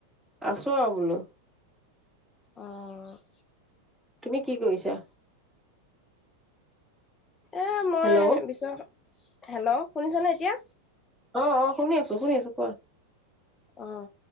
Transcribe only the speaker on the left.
আহ <unintelligible>
এ মই
বিশ্বনাচ হেল্ল' শুনিছনে এতিয়া
অ